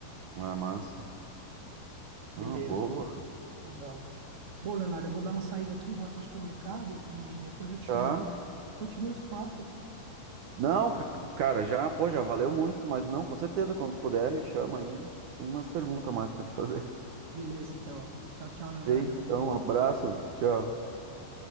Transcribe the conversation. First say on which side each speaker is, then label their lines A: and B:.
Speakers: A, on the right; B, on the right.
A: é massa.
B: Beleza,
A: Ah, boa.
B: legal. Bom, Leonardo, eu vou dar uma saída aqui, vou até o supermercado e depois eu te chamo
A: Tá.
B: no. A gente continua esse papo.
A: Não, ca- cara, já, pô, já valeu muito, mas não, com certeza, quando tu puder, me chama aí. Tem umas perguntas mais pra te fazer.
B: Beleza, então. Tchau,
A: <laughs>
B: tchau,
A: Feito,
B: Leonardo.
A: então, um abraço, tchau.
B: Valeu.